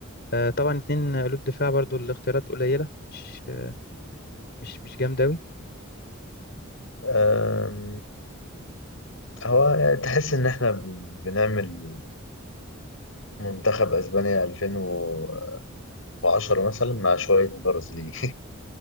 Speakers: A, on the left; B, on the left.
A: آه، طبعا اتنين قلوب دفاع برضه الاختيارات قليلة مش آه، مش مش جامدة أوي
B: آم، هو يعني تحس ان احنا بنعمل منتخب اسبانيا 2010 مثلا مع شويه برازيليين <laughs>